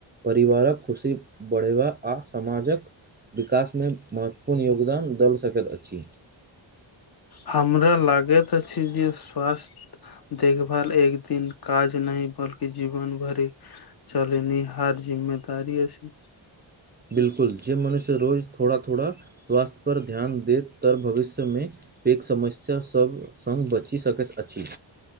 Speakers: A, on the right; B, on the left.
A: परिवारक खुशी बढ़ेबा आ समाजक विकासमे महत्वपूर्ण योगदान दल सकैत अछि।
B: हमरा लागैत अछि, जे स्वास्थ देखभाल एक दिन काज नहि बल्कि जीवन भरि चलनिहार जिम्मेदारी अछि।
A: बिलकुल जे मनुष्य रोज थोड़ा थोड़ा स्वास्थ्य पर ध्यान देत तर भविष्यमे पैघ समस्यास सभ सङ्ग बचि सकैत अछि।